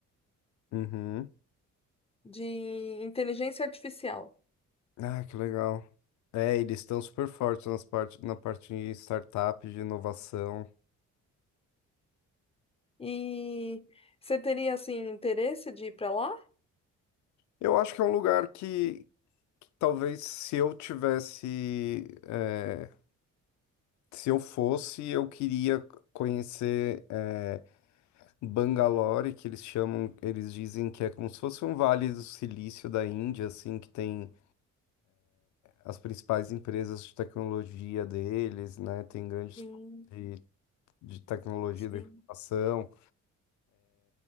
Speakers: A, on the left; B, on the left.
A: Uhum.
B: de inteligência artificial.
A: Ah, que legal. É, eles estão super fortes nas parte, na parte de startup, de inovação.
B: E você teria assim interesse de ir para lá?
A: Eu acho que é um lugar que, que talvez se eu tivesse é, Se eu fosse, eu queria conhecer eh, Bangalore, que eles chamam, eles dizem que é como se fosse um vale do silício da Índia, assim, que tem as principais empresas de tecnologia deles, né? Tem grandes
B: Sim,
A: de, de tecnologia
B: sim.
A: da informação.